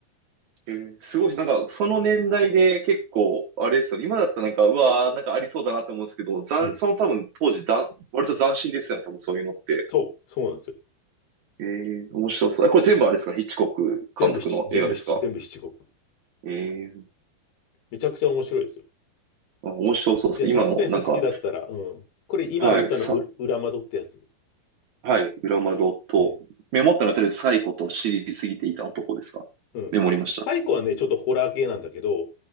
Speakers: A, on the right; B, on the left.
A: えーすごいし、なんか、その年代で結構、あれですよね。今だったらなんか、うわー、なんかありそうだなって思うんですけど、ざん、
B: うん。
A: その多分当時だ、割と斬新ですよね、多分そういうのって。
B: そう、そうなんですよ。
A: えー、面白そう。えこれ全部あれですかヒッチコック監督の映画ですか
B: 全部七、全部七、全部七国。
A: えー、
B: めちゃくちゃ面白いですよ。
A: あ面白そうです。
B: で、サスペンス好きだったら、
A: 今の、なんか、
B: うん。これ今言ったの、
A: はい、さ、
B: う裏窓ってやつ。
A: はい、裏窓と、
B: うん。
A: メモったのやってるサイコと知りすぎていた男ですかメモりました。
B: うん。最後はね、ちょっとホラー系なんだけど、